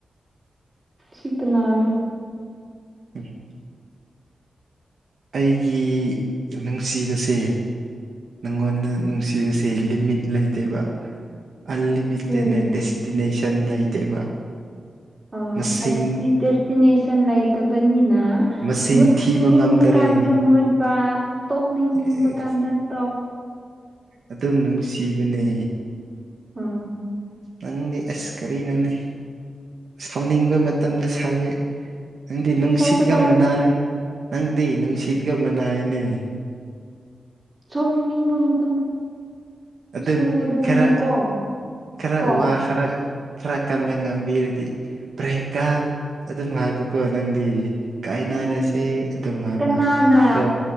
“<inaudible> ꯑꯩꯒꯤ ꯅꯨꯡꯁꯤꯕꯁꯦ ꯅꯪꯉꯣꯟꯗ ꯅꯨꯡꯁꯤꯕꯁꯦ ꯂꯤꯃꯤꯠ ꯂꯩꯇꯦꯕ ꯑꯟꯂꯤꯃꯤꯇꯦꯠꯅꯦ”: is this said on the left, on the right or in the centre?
Right